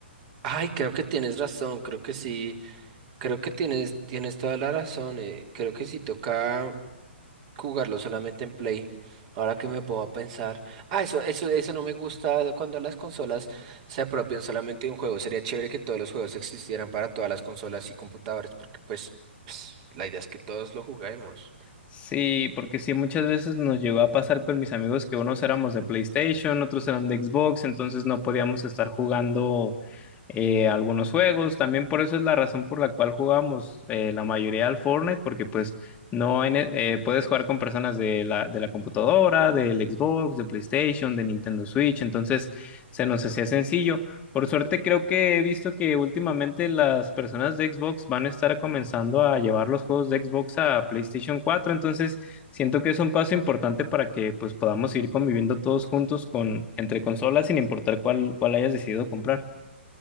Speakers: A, on the right; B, on the left.
A: Ay, creo que tienes razón, creo que sí. Creo que tienes, tienes toda la razón. eh, Creo que sí toca jugarlo solamente en Play. Ahora que me puedo pensar. Ah, eso, eso, eso no me gusta cuando las consolas se apropian solamente de un juego. Sería chévere que todos los juegos existieran para todas las consolas y computadores, porque pues, pues, la idea es que todos lo juguemos.
B: Sí, porque sí, muchas veces nos llegó a pasar con mis amigos que unos éramos de PlayStation, otros eran de Xbox, entonces no podíamos estar jugando eh, algunos juegos. También por eso es la razón por la cual jugamos eh, la mayoría al Fortnite, porque pues no hay ne- eh, puedes jugar con personas de la, de la computadora, del Xbox, de PlayStation, de Nintendo Switch, entonces se nos hacía sencillo. Por suerte creo que he visto que últimamente las personas de Xbox van a estar comenzando a llevar los juegos de Xbox a PlayStation cuatro, entonces siento que es un paso importante para que pues podamos ir conviviendo todos juntos con entre consolas sin importar cuál cuál hayas decidido comprar.